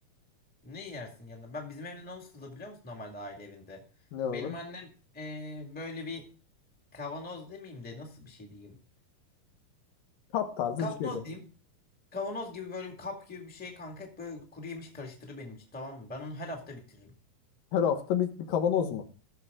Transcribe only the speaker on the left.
Ne olur?
Kap tarzı
bir şeydi.
Her hafta bir, bir kavanoz mu?